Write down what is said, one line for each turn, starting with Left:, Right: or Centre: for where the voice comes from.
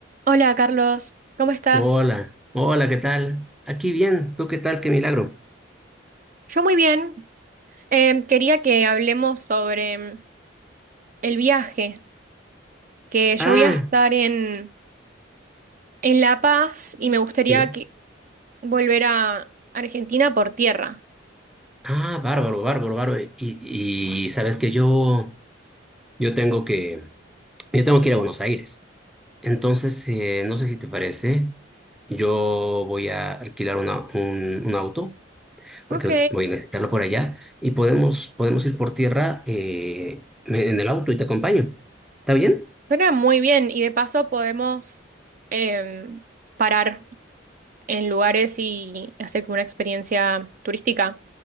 Right: Hola Carlos, ¿cómo estás?
Centre: Hola, hola, ¿qué tal? Aquí bien, ¿tú qué tal? Qué milagro.
Right: Yo muy bien. Em, quería que hablemos sobre em, el viaje, que yo
Centre: Ah,
Right: voy a estar en, en La Paz y me gustaría
Centre: sí.
Right: que- volver a Argentina por tierra.
Centre: Ah, bárbaro, bárbaro, bárbaro. Y, y sabes que yo, yo tengo que, yo tengo que ir a Buenos Aires. Entonces, eh, no sé si te parece, yo voy a alquilar una- un, un auto,
Right: Ok,
Centre: porque voy a necesitarlo por allá, y podemos, podemos ir por tierra eh, en el auto y te acompaño. ¿Está bien?
Right: suena muy bien y de paso podemos em, parar en lugares y hacer como una experiencia turística.